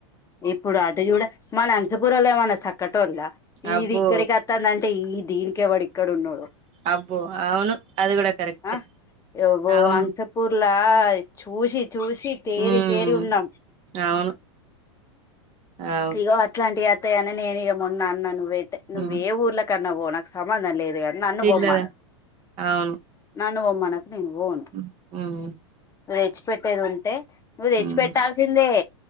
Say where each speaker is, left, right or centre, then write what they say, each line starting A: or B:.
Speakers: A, on the left; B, on the right.
A: ఇప్పుడు అటు చూడ మన అంచపురంలో ఏమన్నా చక్కట్ <unintelligible> ఈది
B: అబ్బో!
A: ఇక్కడికివస్తోందంటే ఈ దీనికి ఎవ్వడు ఇక్కడ ఉన్నోడు
B: అబ్బో! అవును. అది గూడా కరెక్టే.
A: ఆ బో
B: అవును.
A: వంసపూర్లా చూషి చూసి తేరి
B: హ్మ్.
A: తేరి ఉన్నాం
B: అవును. అవు.
A: ఇగో అట్లాంటివి అతాయ అని నేను ఇక మొన్న అన్న నువ్వు పెట్టే నువ్యు
B: హ్మ్.
A: ఏ ఊర్లకన్నా పో నాకు సమ్మంధం లేదు కాని నన్ను
B: పిల్లల
A: బొమ్మను
B: అవును.
A: నన్ను బొమ్మ మన నేను పోను
B: హ్మ్. హ్మ్.
A: నువ్వు తెచ్చిపెట్టేది ఉంటే నువ్వు తెచ్చిపెట్టాల్సిందే
B: హ్మ్.